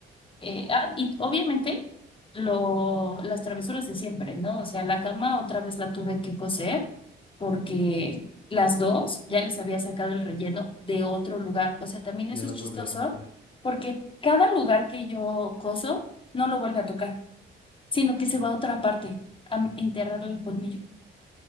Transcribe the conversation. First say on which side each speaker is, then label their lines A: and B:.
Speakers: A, on the left; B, on the left.
A: Eh, ah, y obviamente lo, las travesuras de siempre, ¿no? O sea, la cama otra vez la tuve que coser porque las dos ya les había sacado el relleno de otro lugar. O sea, también
B: Ya
A: eso
B: las
A: es chistoso
B: volvió a romper.
A: porque cada lugar que yo coso no lo vuelve a tocar, sino que se va a otra parte a enterrarle el colmillo.